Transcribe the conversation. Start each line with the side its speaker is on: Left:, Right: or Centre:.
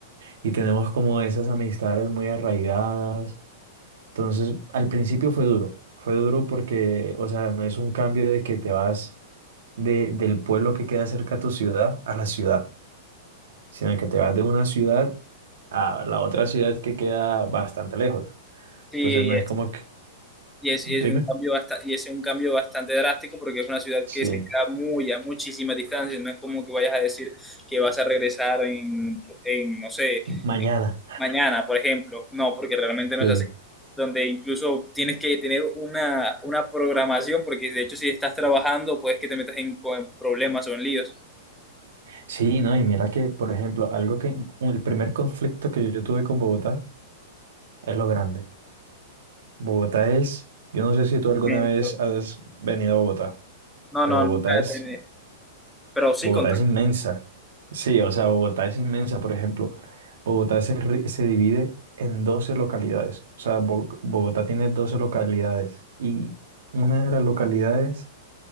Right: Y tenemos como esas amistades muy arraigadas Entonces, al principio fue duro, fue duro porque, o sea, no es un cambio de que te vas de, del pueblo que queda cerca a tu ciudad a la ciudad, sino que te vas de una ciudad a la otra ciudad que queda bastante lejos.
Centre: Sí,
Right: Entonces, no es como que,
Centre: Y es,
Right: dime,
Centre: y es un cambio basta- y es un cambio bastante drástico porque es una ciudad
Right: sí,
Centre: que se queda muy a muchísima distancia. No es como que vayas a decir que vas a regresar en, en, no sé,
Right: mañana.
Centre: mañana, por ejemplo. No, porque realmente no
Right: Sí.
Centre: es así. Donde incluso tienes que tener una, una programación porque de hecho si estás trabajando puedes que te metas en, en problemas o en líos.
Right: Sí, no, y mira que, por ejemplo, algo que, un- el primer conflicto que yo tuve con Bogotá es lo grande. Bogotá es, yo no sé si tú alguna
Centre: Menso.
Right: vez has venido a Bogotá,
Centre: No,
Right: pero
Centre: no,
Right: Bogotá
Centre: nunca
Right: es
Centre: he tenido. Pero sí,
Right: Bogotá
Centre: con...
Right: es inmensa. Sí, o sea, Bogotá es inmensa. Por ejemplo, Bogotá se, ri- se divide en 12 localidades. O sea, Bo- Bogotá tiene 12 localidades. Y una de las localidades,